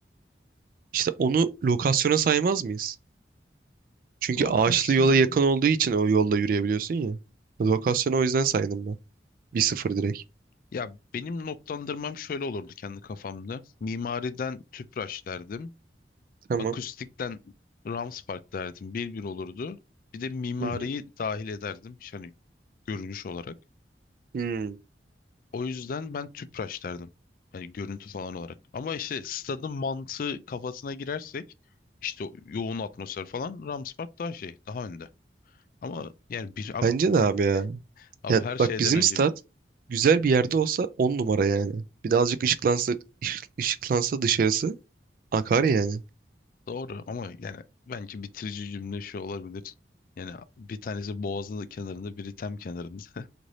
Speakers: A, on the right; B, on the left.
A: İşte onu lokasyona saymaz mıyız? Çünkü
B: Lokasyon.
A: ağaçlı yola yakın olduğu için o yolla yürüyebiliyorsun ya. Lokasyona o yüzden saydım ben. bir sıfır direkt.
B: Ya benim notlandırmam şöyle olurdu kendi kafamda. Mimariden Tüpraş derdim.
A: Tamam.
B: akustikten Rams Park derdim. Bir bir olurdu. Bir de mimariyi
A: Hı hı.
B: dahil ederdim. İşte Hani görünüş olarak.
A: Hmm.
B: O yüzden ben Tüpraş derdim. Hani görüntü falan olarak. Ama işte stadın mantığı kafasına girersek işte o yoğun atmosfer falan Rams Park daha şey daha önde. Ama yani bir abi,
A: Bence de
B: he,
A: abi ya.
B: abi
A: Ya
B: her şeyden
A: bak bizim
B: önce
A: stat güzel bir yerde olsa 10 numara yani. Bir de azıcık ışıklansa, ışık- ışıklansa dışarısı akar yani.
B: doğru ama yani bence bitirici cümle şu olabilir. Yani bir tanesi Boğaz'ın kenarında, biri Tem kenarında.